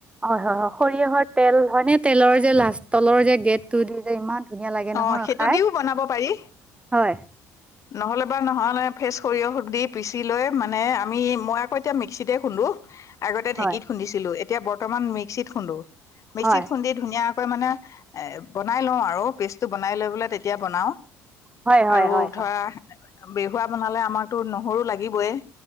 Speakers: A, on the right; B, on the left.
A: হয় হয় সৰিয়হৰ তেল হয় নে তেলৰ যে লাষ্ট তলৰ যে গেট টো দি যে ইমান। ধুনীয়া লাগে
B: অ
A: নহয়
B: সেইটো
A: খাই
B: দিও বনাব পাৰি।
A: হয়
B: নহলে বাৰ নহ'লে ফ্ৰেচ সৰিয়হ দি পিচি লৈ মানে আমি মই আকৌ এতিয়া মিক্সিতে খুন্দো। উ আগতে
A: হয়
B: ঢেঁকীত খুন্দি চিলো এতিয়া বৰ্তমান মিক্সিত খুন্দো মিক্সিত
A: হয়
B: খুন্দি ধুনীয়াকে মানে এ বনাই লওঁ আৰু পেষ্টটো বনাই লৈ পেলাই তেতিয়া বনাও।
A: হয় হয়
B: আৰু ধৰা
A: হয়।
B: বেহুৱা বনালে আমাৰতো নহৰু লাগিবই।